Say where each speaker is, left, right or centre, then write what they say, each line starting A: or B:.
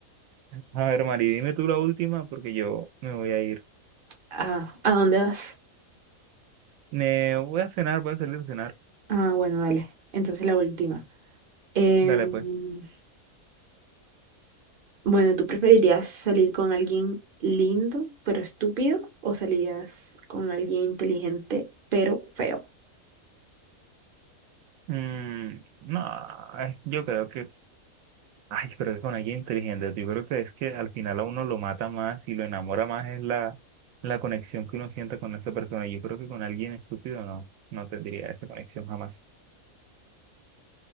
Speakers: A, on the right; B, on the right.
A: A ver, Mari, dime tú la última porque yo me voy a ir.
B: Ah, ¿a dónde vas?
A: Me voy a cenar, voy a salir a cenar.
B: Ah, bueno, dale. Entonces la última. Em,
A: Dale, pues.
B: Bueno, ¿tú preferirías salir con alguien lindo pero estúpido o salías con alguien inteligente pero feo?
A: Mm, no, eh, yo creo que Ay, pero es con alguien inteligente. Yo creo que es que al final a uno lo mata más y lo enamora más es la, la conexión que uno siente con esa persona. Yo creo que con alguien estúpido no, no tendría esa conexión jamás.